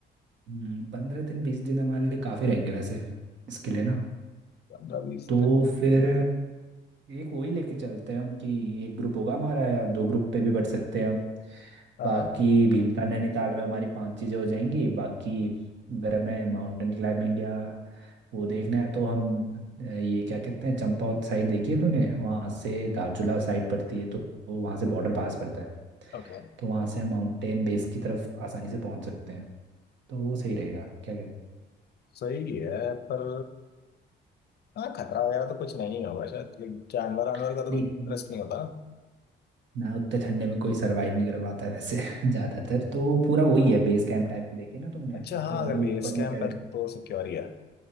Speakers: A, on the right; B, on the left.
A: हम्म, पंद्रह दिन बीस दिन हमारे लिए काफ़ी रहेंगे वैसे इसके लिए ना
B: पंद्रह बीस
A: तो
B: दिन
A: फिर एक वही लेके चलते हैं हम कि एक ग्रुप होगा हमारा या दो ग्रुप पे भी बट सकते हैं हम
B: हाँ
A: बाकी भीमताल नैनीताल में हमारी पांच चीज़ें हो जाएंगी बाकी अगर हमें माउंटेन क्लाइंबिंग या वो देखना है तो हम अ, ये क्या कहते हैं चंपावत साइड देखी है तूने वहाँ से धारचूला साइड पड़ती है तो तो वहाँ से बॉर्डर पास पड़ता है
B: ओके
A: तो वहाँ से हम माउंटेन बेस की तरफ आसानी से पहुँच सकते हैं तो वो सही रहेगा क्या कहते
B: सही है पर हाँ खतरा वगैरह तो कुछ नहीं होगा शायद लाइक जानवर वानवर
A: हैं
B: का तो कुछ
A: नहीं
B: रिस्क नहीं होता
A: ना उतने ठंडे में कोई सरवाइव नहीं कर पाता है वैसे <laughs> ज्यादातर तो वो पूरा वही
B: ना
A: है बेस कैंप टाइप की देखी ना तुमने
B: अच्छा हाँ
A: तो हमें
B: अगर
A: ऊपर
B: बेस
A: नहीं
B: कैंप
A: चढ़ने
B: है तो सिक्योर ही है